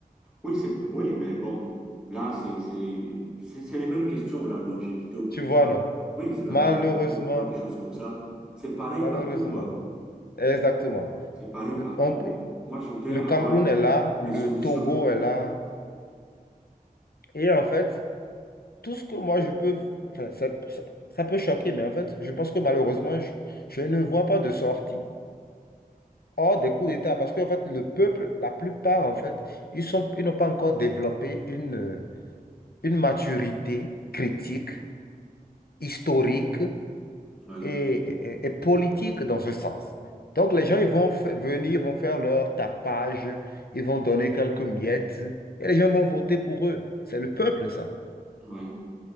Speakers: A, in the centre; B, on the left.
A: Oui, c'est, oui, mais bon, là, c'est, c'est, c'est c'est les mêmes questions, la longévité au pouvoir.
B: Tu vois, non?
A: Oui, c'est la
B: Malheureusement,
A: longévité au pouvoir, des choses comme ça. C'est pareil
B: malheureusement,
A: partout, quoi.
B: exactement.
A: C'est pareil
B: Le
A: partout.
B: on-
A: Mais moi, je voudrais
B: le
A: avoir
B: Cameroun
A: les,
B: est là, le
A: les solutions.
B: Togo est là. Et en fait, tout ce que moi je peux, enfin, ça, ça- ça peut choquer, mais en fait, je pense que malheureusement, je, je ne vois pas de sortie hors des coups d'État. Parce qu'en fait, le peuple, la plupart, en fait, ils sont, ils n'ont pas encore développé une une maturité critique, historique
A: Oui,
B: et, et- et politique dans ce sens. Donc les gens ils vont f- venir, vont faire leur tapage, ils vont donner quelques miettes et les gens vont voter pour eux. C'est le peuple, ça.
A: oui.